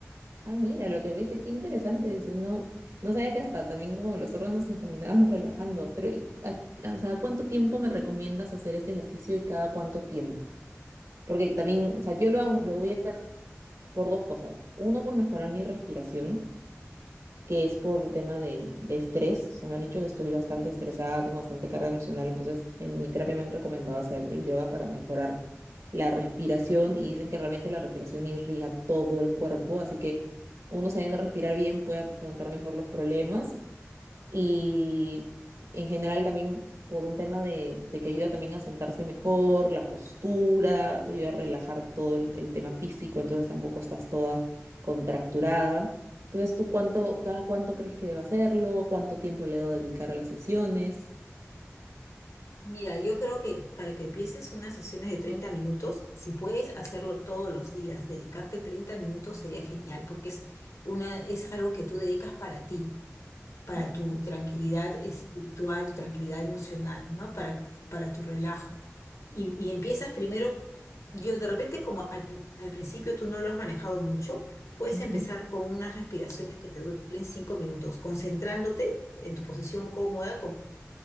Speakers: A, on the right; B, on the left.
A: Ah, mira, lo que ves es que interesante. eso, No, no sabía que hasta también como los órganos se terminaban <laughs> relajando. Pero, ¿y cu- a- o sea, ¿cuánto tiempo me recomiendas hacer este ejercicio y cada cuánto tiempo? Porque también, o sea, yo lo hago- lo voy a hacer por dos cosas. Uno, por mejorar mi respiración, que es por tema de, de estrés. O sea, me han dicho que estoy bastante estresada, tengo bastante carga emocional. Entonces, en mi terapia me han recomendado hacer el yoga para mejorar la respiración y dicen que realmente la respiración irriga todo el cuerpo. Así que uno sabiendo respirar bien puede afrontar mejor los problemas. Y en general también por un tema de, de que ayuda también a sentarse mejor, la postura, te ayuda a relajar todo el, el tema físico, entonces tampoco estás toda contracturada. Entonces, ¿tú cuánto, cada cuánto crees que debo hacerlo? ¿Cuánto tiempo le debo dedicar a las sesiones?
B: Mira, yo creo que para que empieces unas sesiones de 30 minutos, si puedes hacerlo todos los días, dedicarte 30 minutos sería genial, porque es una, es algo que tú dedicas para ti, para
A: Mm,
B: tu tranquilidad espiritual, tu tranquilidad emocional, ¿no? Para, para tu relajo. Y, y empiezas primero, yo de repente como al, pri- al principio tú no lo has manejado mucho, puedes
A: ujú.
B: empezar con unas respiraciones que te duren 5 minutos, concentrándote en tu posición cómoda,